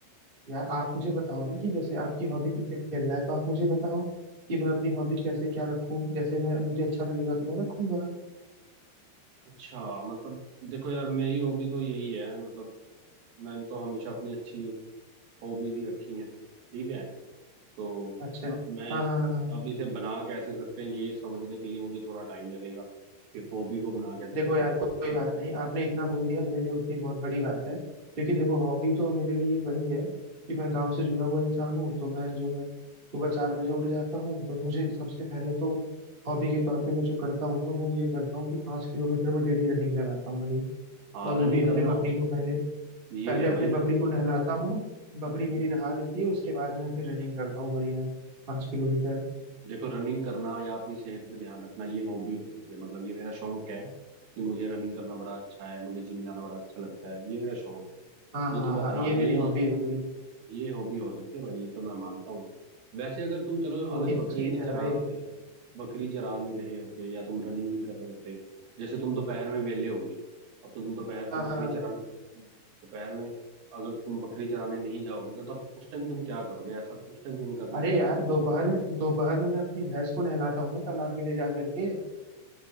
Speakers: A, on the right; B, on the right.
A: यार आप मुझे बताओ ना कि जैसे आपकी हॉबी क्रिकेट खेलना है तो आप मुझे बताओ कि मैं अपनी हॉबी कैसे क्या रखूँ जैसे मैं मुझे अच्छा लगेगा तो मैं रखूंगा
B: अच्छा मतलब देखो यार मेरी हॉबी तो यही है मतलब मैंने तो हमेशा अपनी अच्छी हॉबीज ही रखी हैं ठीक है तो
A: अच्छा
B: अब मैं
A: हाँ
B: इस,
A: हाँ हाँ हाँ।
B: अब इसे बना कैसे सकते हैं ये समझने के लिए मुझे थोड़ा टाइम लगेगा कि हॉबी को बना कैसे
A: देखो
B: सकते
A: यार
B: हैं
A: को- कोई बात नहीं आपने इतना बोल दिया मेरे लिए उतनी बहुत बड़ी बात है लेकिन देखो हॉबी तो मेरे लिए वही है कि मैं गांव से जुड़ा हुआ इंसान हूँ तो मैं जो है सुबह चार बजे उठ जाता हूँ तो मुझे सबसे पहले तो हॉबी के तौर पे मैं जो करता हूँ ना वो ये करता हूँ कि पाँच किलोमीटर में डेली रनिंग लगाता हूँ भाई
B: हाँ
A: और वो
B: रनिंग
A: भी अपने
B: करना
A: बकरी को पहले
B: ये
A: पहले
B: है
A: अपने
B: भाई
A: बकरी
B: हम्म,
A: को नहलाता हूँ बकरी
B: हम्म।
A: मेरी नहा लेती है उसके बाद मैं फिर रनिंग करता हूँ बढ़िया पाँच किलोमीटर
B: देखो रनिंग करना या अपनी सेहत पे ध्यान रखना ये हॉबी हो सकती है मतलब ये मेरा शौक है कि मुझे रनिंग करना बड़ा अच्छा है मुझे जिम जाना बड़ा अच्छा लगता है ये मेरा शौक है
A: हाँ
B: ये
A: हाँ
B: तो
A: हाँ
B: ब- हाँ
A: ये मेरी
B: ये
A: हॉबी हो गई
B: ये हॉबी हो सकती है भाई ये तो मैं मानता हूँ वैसे अगर तुम चलो
A: तो
B: अगर
A: वही
B: बकरी
A: तो चीज
B: नहीं
A: है
B: चरा
A: भाई
B: होते बकरी चरा नहीं रहे होते या तुम रनिंग नहीं कर रहे होते जैसे तुम दोपहर में वेले हो गए अब तो तुम दोपहर
A: हाँ
B: को बकरी
A: हाँ हाँ।
B: चरा दोपहर में अगर तुम बकरी चराने नहीं जाओगे तो तब उस टाइम तुम क्या करोगे ऐसा उस टाइम तुम्हें करना
A: अरे
B: क्या
A: यार
B: अच्छा लगता
A: दोपहर
B: है
A: में दोपहर में मैं अपनी भैंस को नहलाता हूँ ना तालाब में ले जा करके